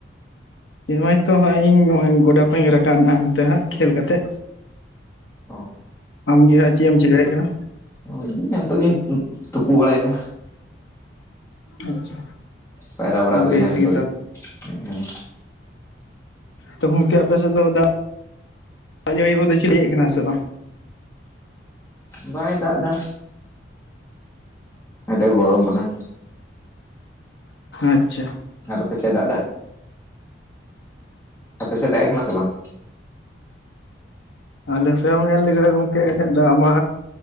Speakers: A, on the left (about 80°); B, on the left (about 15°).
A: ᱱᱚᱦᱚᱭ ᱛᱚ ᱦᱟᱸᱜ ᱤᱧ ᱱᱚᱜᱼᱚ ᱜᱚᱰᱟ ᱠᱷᱚᱡ ᱤᱧ ᱨᱟᱠᱟᱵ ᱱᱟᱦᱟᱜ ᱱᱤᱛᱟᱜ ᱦᱟᱸᱜ ᱠᱷᱮᱞ ᱠᱟᱛᱮᱫ
B: ᱚᱸ
A: ᱟᱢᱜᱮ ᱦᱟᱸᱜ ᱪᱮᱜ ᱮᱢ ᱪᱤᱠᱟᱹᱭᱮᱜ ᱠᱟᱱᱟ᱾
B: ᱦᱳᱭ ᱤᱧ ᱦᱚᱸ ᱱᱤᱛᱚᱜ ᱤᱧ ᱛᱩᱯᱩ ᱵᱟᱲᱟᱭᱮᱱᱟ
A: ᱟᱪᱪᱷᱟ
B: ᱯᱟᱭᱨᱟ ᱵᱟᱲᱟ ᱦᱩᱭᱱᱟ
A: ᱵᱮᱥ
B: ᱱᱤᱛᱚᱜ
A: ᱜᱮ
B: ᱜᱤ ᱦᱮᱸ ᱦᱮᱸ
A: ᱛᱚ ᱜᱚᱝᱠᱮ ᱟᱯᱮ ᱥᱮᱫ ᱫᱚ ᱫᱟᱜ ᱫᱟᱜ ᱡᱟᱹᱲᱤ ᱠᱚᱫᱚ ᱪᱤᱞᱤᱭᱮᱜ ᱠᱟᱱᱟ ᱥᱮ ᱵᱟᱝ?
B: ᱵᱟᱭ ᱫᱟᱜ ᱫᱟ ᱟᱫᱚ ᱜᱚᱨᱚᱢ ᱠᱟᱱᱟ
A: ᱟᱪᱪᱷᱟ
B: ᱟᱨ ᱟᱯᱮᱥᱮᱜ ᱫᱟᱜ ᱫᱟᱭ ᱟᱯᱮᱥᱮᱜ ᱫᱟᱜᱼᱮᱜ ᱠᱟᱱᱟ ᱥᱮ ᱵᱟᱝ?
A: ᱟᱞᱮ ᱥᱮᱜ ᱮᱢ ᱧᱮᱞ ᱞᱮᱜᱷᱟᱡ ᱜᱚᱝᱠᱮ ᱫᱟᱜ ᱢᱟ